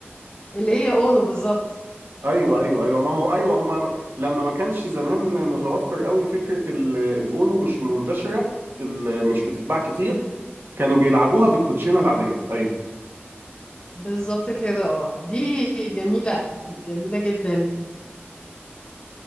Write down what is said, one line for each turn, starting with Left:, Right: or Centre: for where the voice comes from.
Left: اللي هي اونو بالظبط
Right: ايوه ايوه ايوه ما هو ايوه هما لما ما كانش زمان متوفر قوي فكره ال- الاونو مش منتشره في ال- مش بتتباع كتير كانوا بيلعبوها بالكوتشينه العاديه ايوه
Left: بالظبط كده اه دي جميله أوي، جميله جدا